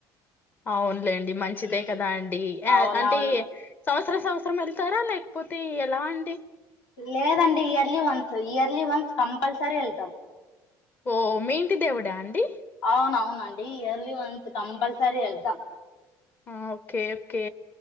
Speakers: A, on the left; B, on the left.
A: అవునులేండి మంచిదే
B: ఉమ్,
A: కదాండి య
B: అవునవును
A: అంటే సంవత్సరం, సంవత్సరం వెళ్తారా లేకపోతే ఎలా అండి?
B: లేదండి yearly once, yearly once compulsory వెళ్తాం
A: ఓ మీ ఇంటి దేవుడా అండి?
B: అవునవునండి ఇయర్లీ వన్స్ కంపల్సరీ వెళ్తాం.
A: ఆ ఓకే ఓకే